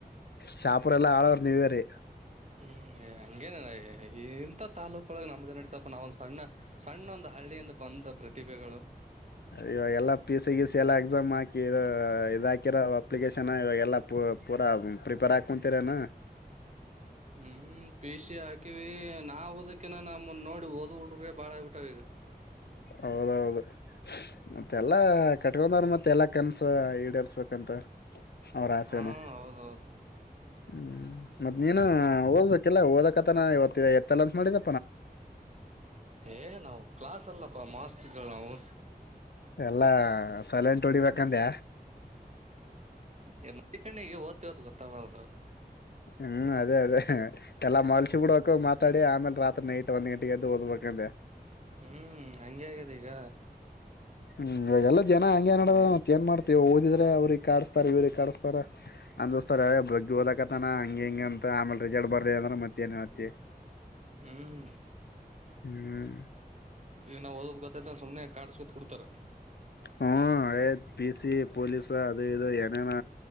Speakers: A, on the left; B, on the right.
A: ಶ ಅಪರ ಎಲ್ಲಾ ಆಲೋರ ನೀವೇರೆ
B: ಹ್ಮ್ ಹಂಗೇನಲ್ಲ ಇಂಂತ ತಾಲೂಕೊಳಗೆ ನಮ್ದೇ ನಡತಪ್ಪ ನಾವೊಂದ ಸಣ್ಣ ಸಣ್ಣ ಒಂದ ಹಳ್ಳಿಯಿಂದ ಬಂದ ಪ್ರತಿಭೆಗಳು
A: ಇವಾಗೆಲ್ಲಾ ಪಿ ಸಿ ಸಿ ಎಲ್ಲಾ ಎಕ್ಸಾಮ್ ಹಾಕಿ ಇದ ಹಾಕಿರೋ ಅಪ್ಲಿಕೇಶನ್ ಇವಾಗೆಲ್ಲಾ ಪೂರ ಪ್ರಿಪೇರ್ ಆ ಕುಂತರ ನ
B: ಹ್ಮ್ ಪೀ ಸಿ ಹಾಕಿವಿ ನಾ ಓದಕಿನ ನಮ ನೋಡಿ ಓದ್ಡ್ರ ಬಾಳ ಆಗ್ಬಿಟ್ಟ ಈಗ
A: ಹೌದೌದು ಮತ್ತೆಲ್ಲಾ ಕಟ್ಕೊಂಡವ್ರ ಮತ್ತೆ ಎಲ್ಲಾ ಕನ್ಸ ಈಡೇರ್ಸ್ಬೇಕಂತ ಅವ್ರ ಆಸೆನು
B: ಹಾ ಹೌದೌದು
A: ಹ್ಮ್ ಮತ್ ನೀನು ಓದ್ಬೇಕಲ್ಲಾ ಓದಕತನ ಇವತ್ತ ಎತ್ತಲ್ಲ ಅತ್ ಮಾಡಿದ
B: ಏ ನಾವು ಕ್ಲಾಸ್ ಅಲ್ಲಪ್ಪ ಮಾಸ್ತಿಗಳು ನಾವು
A: ಎಲ್ಲಾ ಸಲೆಂಟ್ ಹೊಡಿಬೇಕಂದ್ಯಾ
B: ನಾವು ಡೀಸೆಂಟಾಗಿ ಓದ್ ಓದ್ ಗೊತ್ತಾವಲಧ್
A: ಹ್ಮ್ ಅದೇ ಅದೇ ಎಲ್ಲಾ ಮಲ್ಸಿ ಬಿೂಡಕ ಮಾತಾಡಿ ಆಮೇಲೆ ರಾತ್ರಿ ನೈಟ್ ಒನ್ ಗಂಟೆಗೆ ಎದು ಓದ್ಬೇಕು ಅಂದೆ
B: ಹ್ಮ್ ಹಂಗೆ ಆಗ್ಯದ ಈಗ
A: ಹ್ಮ್ ಇವಾಗೆಲ್ಲ ಜನ ಹಂಗಗೆನಡದ ಏನ್ ಮಾಡ್ತತಿವ ಓದಿದ್ರೆ ಅವ್ರಿಗೆ ಕಾರ್ಸ್ತ ಇವ್ರಿಗೆ ಕಾರ್ಸ್ತಾರ ನನ್ ದೋಸ್ತಾರ ಬಗ್ಗಿ ಓದು ತಾನ ಹಂಗ ಹಿಂಗ ಅಂತ ಆಮೇಲೆ ರಿಸಲ್ಟ್ ಬರ್ಲಿ ಅಂದ್ರೆ ಮತ್ತ ಹತ್ತತಿ
B: ಹ್ಮ್ ಹ್ಮ
A: ಹ್ಮ್
B: ಈಗ ನಾ ಓದೋದ ಗೊತ್ತತ ಸುಮ್ನೆ ಕಾಸ್ಕೊತ್ ಕು ಕೊಡ್ತಾರ
A: ಹ್ಮ ಆಯ್ತ್ ಪಿ ಸಿ ಪೊಲೀಸ್ ಅದು ಇದು ಏನೇನ